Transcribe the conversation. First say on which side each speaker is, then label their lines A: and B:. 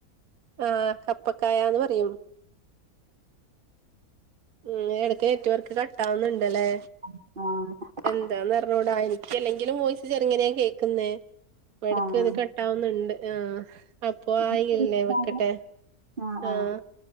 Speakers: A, on the right; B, on the right.
A: ആഹ് കപ്പക്കായാന്ന് പറയും ഉം ഇടക്ക് നെറ്റ് വർക്ക് കട്ടാവുന്നുണ്ടല്ലേ
B: ആഹ്
A: എന്താന്ന് അറിഞ്ഞൂട എനക്ക് എല്ലെങ്കിലും വോയിസ് ചെറുങ്ങനെയ കേൾക്കുന്നെ എടക്ക്
B: ആഹ്
A: ഇത് ക ട്ടാവുന്നുണ്ട് ആ അപ്പൊ
B: അങ്ങനെ
A: ആയില്ലേ
B: ചെയ്യാൻ പാടില്ല.
A: വെക്കട്ടെ
B: ആ
A: ആഹ്
B: ആ